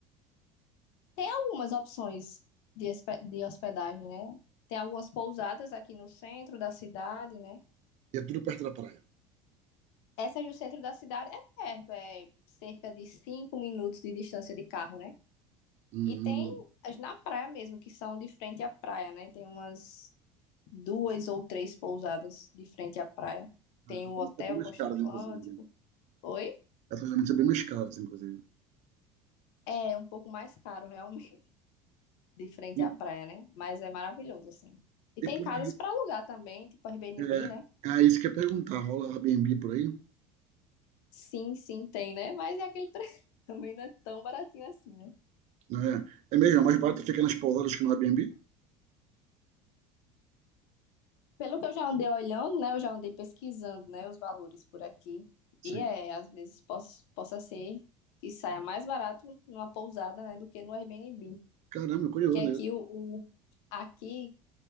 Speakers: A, on the left; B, on the right.
A: Tem algumas opções de, espe- de hospedagem, né? Tem algumas pousadas aqui no centro da cidade, né?
B: E é tudo perto da praia.
A: Essa é do centro da cidade, é perto, é cerca de 5 minutos de distância de carro, né?
B: Hum,
A: E tem
B: hum,
A: as na praia mesmo, que são de frente à praia, né? Tem umas duas ou três pousadas de frente à praia.
B: hum.
A: Tem o
B: essas vão
A: Hotel
B: ser bem mais
A: Costa
B: caras,
A: Atlântico.
B: inclusive.
A: Oi?
B: Essas vão ser bem mais caras, inclusive.
A: É um pouco mais caro, realmente, <laughs> de frente
B: E,
A: à praia, né? Mas é maravilhoso, assim. E
B: e
A: tem
B: por
A: casas
B: aí,
A: para alugar também, tipo Airbnb,
B: é,
A: né?
B: ah, isso que eu ia perguntar, rola Airbnb por aí?
A: Sim, sim, tem, né? Mas é aquele preço. <laughs> Também não é tão baratinho assim, né?
B: Não é? É mesmo, é mais barato ficar nas pousadas que no Airbnb?
A: Pelo que eu já andei olhando, né? Eu já andei pesquisando, né? Os valores por aqui.
B: Sim.
A: E é, às vezes poss- possa ser que saia mais barato numa pousada, né? Do que no Airbnb.
B: Caramba, curioso
A: Que aqui
B: isso.
A: o, o- aqui,